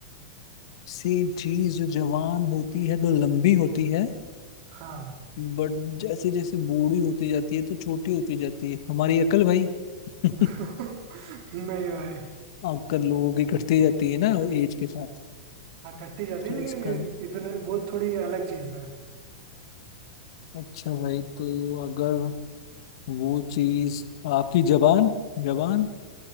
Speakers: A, on the left; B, on the right.
A: सेब चीज जो जवान होती है तो लंबी होती है
B: हाँ
A: बट जैसे जैसे बूढ़ी होती जाती है तो छोटी होती जाती है हमारी अकल भाई <laughs>
B: <laughs> नहीं भाई
A: अक्कल लोगों की घटती जाती है ना एज के साथ
B: हाँ कटती जाती
A: क्या
B: है लेकिन
A: इसका
B: ये इतने वो थोड़ी अलग चीज है
A: अच्छा भाई तो अगर वो चीज आपकी जबान जबान